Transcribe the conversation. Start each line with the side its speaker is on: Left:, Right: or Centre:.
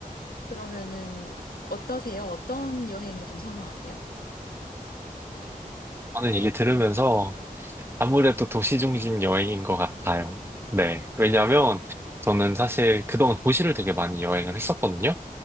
Left: 그러면은 어떠세요? 어떤 여행을 좀 선호하세요?
Right: 저는 이게 들으면서 아무래도 도시 중심 여행인 것 같아요. 네. 왜냐면 하 저는 사실 그동안 도시를 되게 많이 여행을 했었거든요.